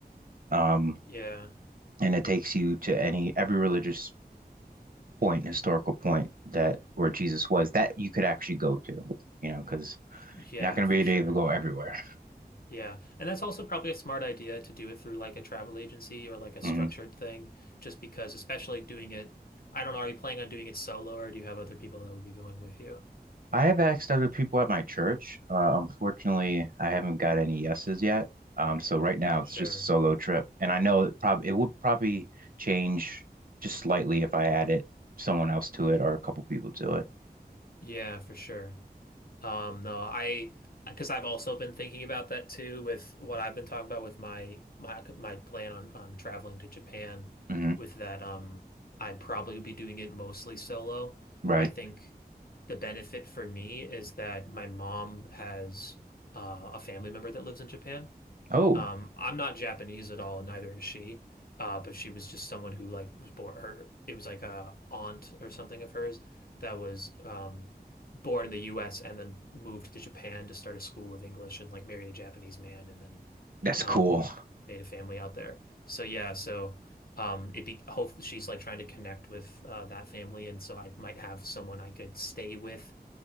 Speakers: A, on the right (about 60°); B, on the left (about 65°).
A: um,
B: Yeah,
A: and it takes you to any every religious point, historical point that where Jesus was that you could actually go to, you know, because
B: yeah,
A: you're not going
B: for
A: to
B: sure.
A: be able to go everywhere.
B: Yeah. And that's also probably a smart idea to do it through like a travel agency or like a structured
A: Mm-hmm.
B: thing, just because, especially doing it, I don't know, are you planning on doing it solo or do you have other people that would be going with you?
A: I have asked other people at my church. Uh, unfortunately, I haven't got any yeses yet. Um, so right now it's
B: Sure.
A: just a solo trip, and I know it probably it would probably change just slightly if I added someone else to it or a couple people to it.
B: Yeah, for sure. Um, no, I because I've also been thinking about that too with what I've been talking about with my my my plan on um, traveling to Japan
A: hmm
B: with that um I probably would be doing it mostly solo.
A: Right.
B: I think the benefit for me is that my mom has uh, a family member that lives in Japan.
A: Oh,
B: Um, I'm not Japanese at all, and neither is she. Uh, but she was just someone who like was born her it was like a aunt or something of hers that was um born in the US and then moved to Japan to start a school of English and like married a Japanese man and then
A: that's
B: um
A: cool.
B: made a family out there. So yeah, so um it be hope she's like trying to connect with uh that family and so I might have someone I could stay with